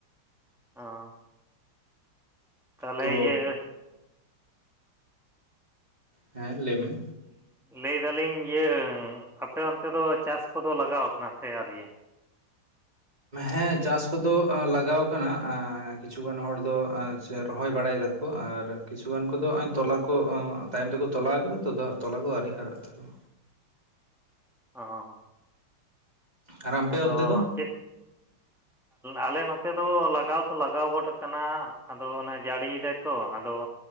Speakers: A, in the centre; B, on the right.
A: ᱚᱻ ᱛᱟᱦᱚᱞᱮ
B: ᱛᱚ
A: ᱤᱭᱟᱹᱼᱼ
B: ᱦᱮᱸ ᱞᱟᱹᱭ ᱢᱮ,
A: ᱞᱟᱹᱭᱫᱟᱞᱤᱧ ᱤᱭᱟᱹ ᱟᱯᱮ ᱚᱱᱛᱮ ᱫᱚ ᱪᱟᱥ ᱠᱚᱫᱚ ᱞᱟᱜᱟᱣ ᱠᱟᱱᱟ ᱥᱮ ᱟᱳᱨᱤᱭᱟᱹ?
B: ᱦᱮᱸ ᱪᱟᱥ ᱠᱚᱫᱚ ᱞᱟᱜᱟᱣ ᱠᱟᱱᱟ ᱠᱤᱪᱷᱩᱜᱟᱱ ᱦᱚᱲ ᱫᱚ ᱨᱚᱦᱚᱭ ᱵᱟᱲᱟᱭ ᱫᱟᱠᱚ᱾ ᱠᱚ ᱟᱨ ᱠᱤᱪᱷᱩᱩᱜᱟᱱ ᱠᱚᱫᱚ ᱱᱚᱜᱚᱭ ᱛᱚᱞᱟ ᱠᱚ ᱛᱟᱭᱚᱢ ᱛᱮᱠᱚ ᱛᱚᱞᱟ ᱟᱠᱟᱫᱟ ᱛᱚ ᱛᱚᱞᱟ ᱠᱚ ᱟᱹᱣᱨᱤ ᱦᱟᱨᱟᱜ ᱛᱟᱠᱚᱣᱟ᱾
A: ᱚ
B: ᱟᱨ ᱟᱢᱯᱮ
A: ᱟᱫᱚ
B: ᱚᱱᱛᱮ ᱫᱚ
A: ᱪᱮᱫ? ᱟᱞᱮ ᱱᱚᱛᱮ ᱫᱚ ᱞᱟᱜᱟᱣ ᱫᱚ ᱞᱟᱜᱟᱣ ᱜᱚᱫ ᱠᱟᱱᱟ ᱟᱫᱚ ᱚᱱᱮ ᱡᱟᱹᱲᱤᱭᱮᱫᱟᱭ ᱛᱚ ᱟᱫᱚ